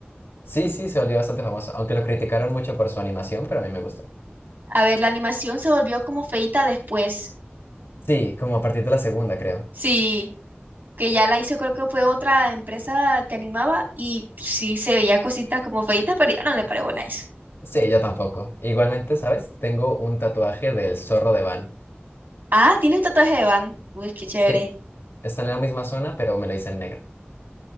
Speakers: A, on the left; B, on the right.
A: Sí, sí, se volvió bastante famoso, aunque lo criticaron mucho por su animación, pero a mí me gustó.
B: A ver, la animación se volvió como feita después.
A: Sí, como a partir de la segunda, creo.
B: Sí, que ya la hizo, creo que fue otra empresa que animaba y sí se veía cositas como feitas, pero ya no le paré bola a eso.
A: Sí, yo tampoco. Igualmente, ¿sabes? Tengo un tatuaje del zorro de Van.
B: Ah, tiene un tatuaje de Van. Uf, qué chévere.
A: Sí, está en la misma zona, pero me lo hice en negro.